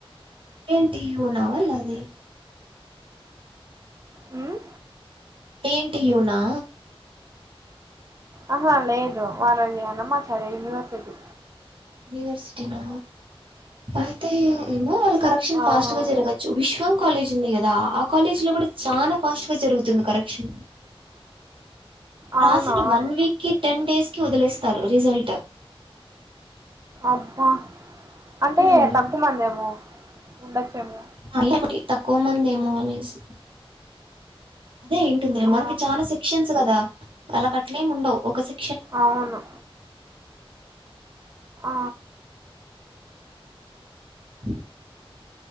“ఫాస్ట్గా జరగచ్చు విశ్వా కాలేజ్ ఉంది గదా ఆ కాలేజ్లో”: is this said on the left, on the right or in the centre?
Right